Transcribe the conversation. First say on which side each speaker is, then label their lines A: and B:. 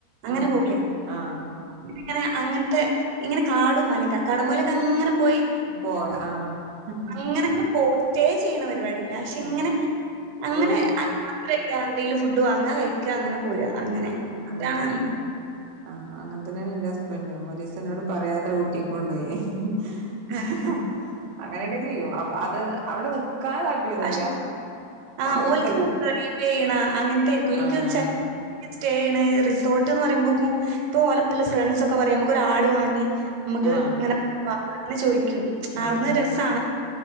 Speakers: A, on the right; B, on the right.
A: അങ്ങനെ
B: ആഹ്
A: പോകൂലേ
B: ആഹ്
A: ഇങ്ങനെ അങ്ങനത്തെ ഇങ്ങനെ കാടും മല കക്കാടമലൊക്കെ അങ്ങനെ പോയി
B: <unintelligible> പോയ ആഹ് <unintelligible>
A: അങ്ങനങ്ങനെ സ്റ്റേ ചെയ്യണ പരിപാടില്ല പക്ഷെ
B: ആഹ്
A: ഇങ്ങനെ അങ്ങനെ
B: പോയിട്ട്
A: എന്തെും ഫുഡ് വാങ്ങുക കഴിക്ക അങ്ങനെ പോരാ അങ്ങനെ
B: ആഹ്
A: അതാണ്
B: അങ്ങനെ തന്നെയാണ് ആഹ് അങ്ങനെ തന്നെയാണ് എൻ്റെ ഹസ്ബൻഡും ഒരൂസം എന്നോട് പറയാതെ ഊട്ടിക്ക കൊണ്ട് പോയി <unintelligible>
A: ആഹ്.
B: അങ്ങനെയൊക്കെ ചെയ്യും അപ്പോ അഹ് അത് അവിടെ നിക്കാന <unintelligible>
A: പക്ഷെ ആഹ്
B: പോയിട്ടത്
A: ഓൽക്കിങ്ങനെ ഡ്രൈവ് ചെയ്യണ അങ്ങനത്തെയായിരിക്കും. എനിക്കൊന്ന്
B: ആഹ്
A: ചെ സ്റ്റേ ചെയ്യണ റിസോർട്ട് എന്ന് പറയുമ്പോക്കും ഇപ്പൊ ഓലപ്പ ഫ്രണ്ട്സ് ഒക്കെ പറയായും നമുക്ക് ഒരു ആട് വാങ്ങി നമുക്ക്
B: ആഹ്
A: ഇങ്ങനെങ്ങനെ ചോദിക്കും
B: ആഹ്
A: അവിടുന്ന്
B: ആഹ്
A: രസമാണല്ലോ